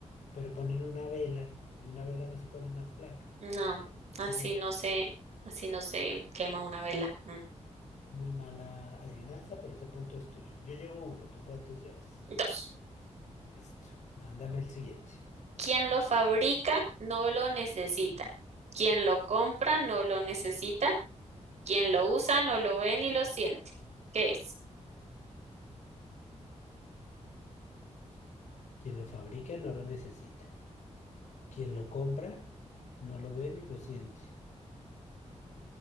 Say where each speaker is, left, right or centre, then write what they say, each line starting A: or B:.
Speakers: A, on the left; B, on the right.
A: Pero ponen una vela y una vela no se pone más flaca.
B: No,
A: Se va consumiendo.
B: así no se, así no se quema una vela. Mm.
A: Muy mala adivinanza, pero ese punto es tuyo. Yo llevo uno, ¿tú cuántos llevas?
B: Dos.
A: Listo. Mándame el siguiente.
B: Quien lo fabrica no lo necesita. Quien lo compra no lo necesita. Quien lo usa no lo ve ni lo siente. ¿Qué es?
A: Quien lo fabrica no lo necesita. Quien lo compra no lo ve ni lo siente.